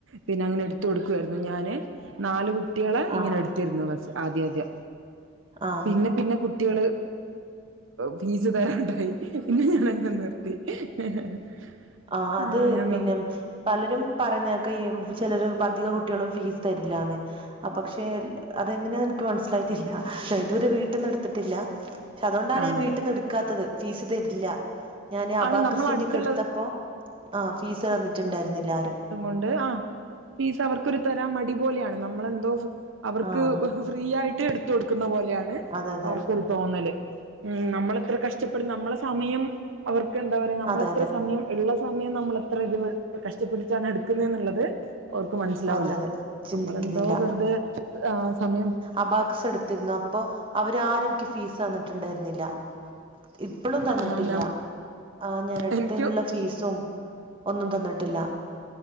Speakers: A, on the right (about 80°); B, on the right (about 25°).
A: പിന്നെ അങ്ങനെ എടുത്ത കൊടുക്കാ യിരുന്നു ഞാൻ നാലു കുട്ടികളെ
B: ആഹ്
A: ഇങ്ങനെ എടുത്തിരുന്നു ആദ്യ ആദ്യ
B: ആഹ്
A: പിന്നെ പിന്നെ കുട്ടിൾ ഫീസ് തരാൻണ്ടായി പിന്നെ ഞാനങ്ങനെ നിർത്തി <unintelligible>
B: ആ അത്
A: ആഹ് ഞാൻ
B: പിന്നെ പലരും പറയുന്നക്കെ ഈ ചിലർ അധിക കുട്ടികളും ഫീസ് തരില്ലന്ന് പക്ഷെ അതെങ്ങനെയന്ന് എനിക്ക് മനസ്സിലായിട്ടില്ല ഇതുവരെ വീട് വീട്ടന്ന് എടുത്തിട്ടില്ല പക്ഷെ അതുകൊണ്ടാണ്
A: ആഹ്
B: ഞാൻ വീട്ടന്ന് എടുക്കാത്തത് ഫീസ് തരില്ല ഞാൻ അബാാക്കസിന്റെക്ക
A: ആണ് നമ്മള അടുത്തുള്ള
B: എടുത്തപ്പോ ആ ഫീസ് തന്നിട്ടുണ്ടായിരുന്നില്ല ആരും
A: ഒണ്ട് ആ ഫീസ് അവർക്കരു തരാ മടി പോലെയാണ് നമ്മളെന്തോ അവർക്ക്
B: ആഹ്
A: ഫ്രീ ആയിട്ട് എടുത്ത കൊടുക്കുന്ന പോലെയാണ്
B: അതെ അതെ
A: അവർക്കൊരു തോന്നല് ഉം നമ്മളെത്ര കഷ് ഷ്ട്ടപ്പെടുന്ന നമ്മളെ സമയം അവർക്ക് എന്താ പറയാ നമ്മളെത്ര
B: അതെ അതെ
A: സമയം ഉള്ള സ നമ്മൾ എത്ര ഇത് കഷ്ടപ്പെട്ടിട്ടാണ് എടുക്കുന്നത്ുള്ളത് ഓർക്ക് മനസ്സിലാവു
B: അതെ
A: ല്ല
B: അതെ ചിന്തിക്കുന്നില്ല
A: നമ്മളെന്തോ വെറുതെ ആ സമയം
B: അബാഗസ് എടുത്തിരുന്നു അപ്പോ അവരാരും നിക്ക് ഫീസ് തന്നിട്ടുണ്ടായിരുന്നില്ല ഇപ്പളും തന്നിട്ടില്ല
A: ആ ഞാൻ
B: ആ് ഞാൻ എടുത്തേനുള്ള
A: എനിക്ക്
B: ഫീസും ഒന്നും തന്നിട്ടില്ല